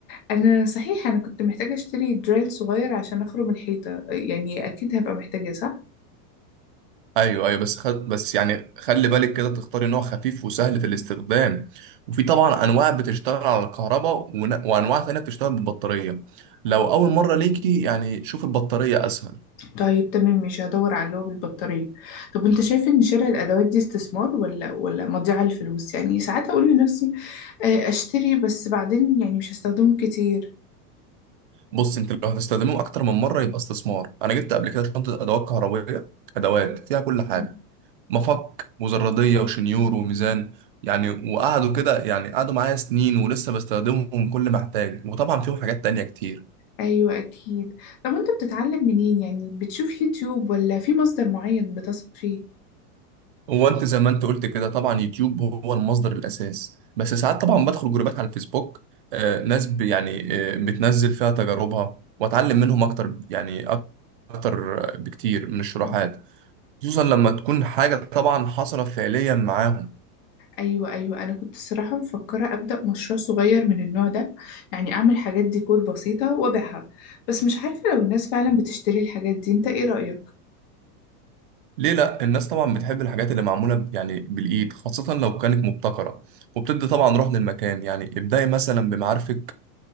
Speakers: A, on the left; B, on the right.
A: انا صحيح انا كنت محتاجه اشتري دريل صغير عشان اخرم الحيطه يعني اكيد هبقى محتاجه صح
B: ايوه ايوه بس خد بس يعني خلي بالك كده تختاري نوع خفيف وسهل في الاستخدام وفي طبعا انواع بتشتغل على الكهرباء ون- وانواع تانية بتشتغل بالبطاريه لو اول مره ليكي يعني شوف البطاريه اسهل
A: طيب تمام مش هدور على اللي هو بالبطارية طب انت شايف ان شراء الادوات دي استثمار ولا ولا مضيعة للفلوس يعني ساعات اقول لنفسي آه، اشتري بس بعدين يعني مش هستخدمه كتير
B: بص انت لو هتستخدمه اكتر من مره يبقى استثمار انا جبت قبل كده شنطه ادوات كهربائيه ادوات فيها كل حاجه
A: مم.
B: مفك مزرديه وشنيور وميزان يعني وقعدوا كده يعني قعدوا معايا سنين ولسه بستخدمهم كل ما احتاج وطبعا فيهم حاجات تانية كتير
A: ايوه اكيد طب انت بتتعلم منين يعني بتشوف يوتيوب ولا في مصدر معين بتثق فيه
B: هو انت زي ما انت قلت كده طبعا يوتيوب هو المصدر الاساس بس ساعات طبعا بدخل جروبات على الفيسبوك آه، ناس ب- يعني آه، بتنزل فيها تجاربها واتعلم منهم اكتر يعني أك- اكتر بكتير من الشروحات
A: آه.
B: خصوصا لما تكون حاجه طبعا حصلت فعليا معاهم
A: ايوه ايوه انا كنت الصراحه مفكره ابدا مشروع صغير من النوع ده يعني اعمل حاجات ديكور بسيطه وابيعها بس مش عارفه لو الناس فعلا بتشتري الحاجات دي انت ايه رايك
B: ليه لا الناس طبعا بتحب الحاجات اللي معموله ب- يعني بالايد خاصه لو كانت مبتكره وبتدي طبعا روح للمكان يعني ابدأي مثلا بمعارفك